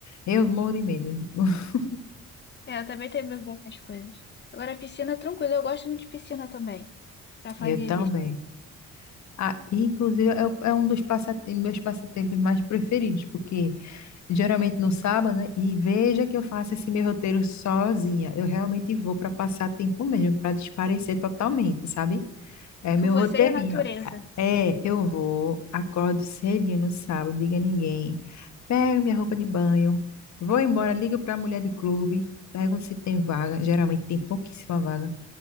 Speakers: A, on the left; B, on the left.
A: Eu morro de medo. <laughs>
B: É, eu também tenho medo dessas coisas. Agora, a piscina, tranquilo, eu gosto muito de piscina também, pra fazer
A: Eu também.
B: exercício.
A: Ah, inclusive, é, o- é um dos passatem- meus passatempos mais preferidos, porque geralmente no sábado, né? E veja que eu faço esse meu roteiro sozinha. Eu realmente vou para passar tempo mesmo, para desaparecer totalmente, sabe? É meu
B: Com você
A: roteirinho.
B: e a natureza.
A: É, eu vou, acordo cedinho no sábado, diga a ninguém, pego minha roupa de banho, vou embora, ligo para a mulher do clube, pergunto se tem vaga. Geralmente tem pouquíssima vaga.